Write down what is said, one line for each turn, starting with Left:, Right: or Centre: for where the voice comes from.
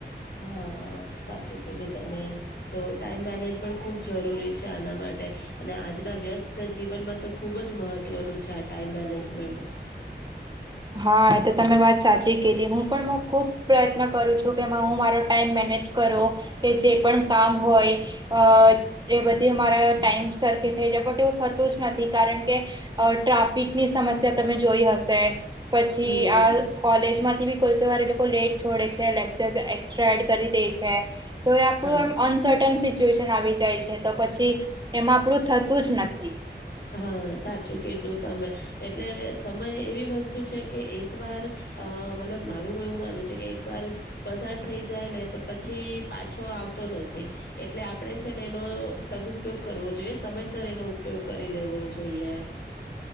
Left: હા સાચું કીધું તમે તો ટાઈમ મેનેજમેન્ટ ખુબ જરૂરી છે આના મા ટે અને આજના વ્યસ્ત જીવનમાં તો ખુબ જ મહત્વનું છે આ ટાઈમ મેનેજમેન્ટ હ
Right: હા તો તમે વાત સાચી કીધી હું પણ ખુબ પ્રયત્ન કરું છું કે હું મારો ટાઈમ મેનેજ કરો કે જે પણ કામ હોય અ એ બધી અમારા ટાઈમ સરખે થઈ જાય પણ એવું થતું જ નથી કારણ કે અ ટ્રાફિકની સમસ્યા તમે જોઈ હશે પછી
Left: હમ
Right: આ
Left: હમ
Right: કોલેજમાંથી બી કોઈ કોઈ વાર એ લોકો લેટ છોડે છે લેક્ચર એક્સ્ટ્રા એડ કરી દેય છે તો એ આપડુ
Left: હા
Right: એમ અનસર્ટન સિચ્યુએશન આવી જાય છે તો પછી એમાં આપડુ થતું જ નથી
Left: હા સાચું કીધું તમે એટલે સમય એવી વસ્તુ છે કે એક વાર અ મતલબ મારું એવું માનવું છે કે એક વાર પસાર થઈ જાય ને તો પછી પાછો આ વતો નથી એટલે આપડે છે ને એનો સદપયોગ કરવો જોઈએ સમયસર એનો ઉપયોગ કરી લેવો જોઈએ